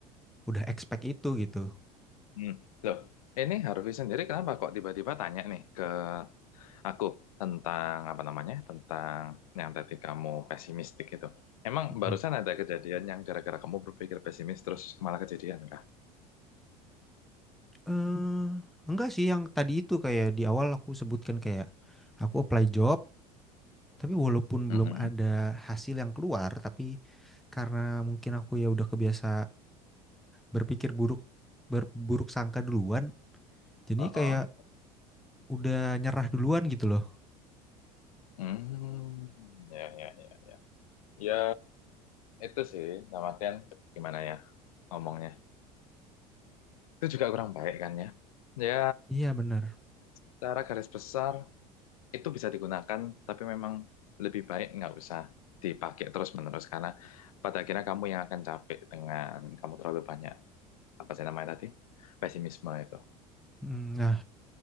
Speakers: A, in the centre; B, on the left.
A: udah expect itu gitu.
B: Hmm. Loh, ini Harvey sendiri kenapa kok tiba-tiba tanya nih ke aku tentang apa namanya? Tentang yang tadi kamu pesimistik itu. Emang
A: Mm-mm.
B: barusan ada kejadian yang gara-gara kamu berpikir pesimis terus malah kejadian kah?
A: Eh, enggak sih yang tadi itu kayak di awal aku sebutkan kayak aku apply job tapi walaupun
B: Mm-mm.
A: belum ada hasil yang keluar tapi karena mungkin aku ya udah kebiasa berpikir buruk berburuk sangka duluan jadi
B: Uh-uh.
A: kayak udah nyerah duluan gitu loh.
B: Hmm. Ya, ya, ya, ya. Ya, itu sih, dalam artian gimana ya ngomongnya. Itu juga kurang baik kan ya. Ya,
A: Iya bener.
B: secara garis besar itu bisa digunakan, tapi memang lebih baik nggak usah dipakai terus-menerus karena pada akhirnya kamu yang akan capek dengan kamu terlalu banyak apa sih namanya tadi pesimisme itu.
A: Mm, Nah